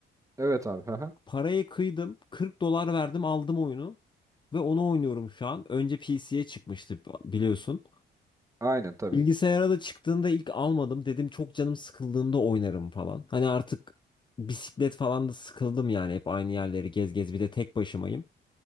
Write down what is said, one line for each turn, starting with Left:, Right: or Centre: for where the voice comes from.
Right: Evet abi. Aha.
Left: Parayı kıydım. 40 dolar verdim aldım oyunu. Ve onu oynuyorum şu an. Önce PC'ye çıkmıştı biliyorsun.
Right: Aynen tabii.
Left: Bilgisayara da çıktığında ilk almadım. Dedim çok canım sıkıldığında oynarım falan. Hani artık bisiklet falan da sıkıldım yani. Hep aynı yerleri gez gez bir de tek başımayım.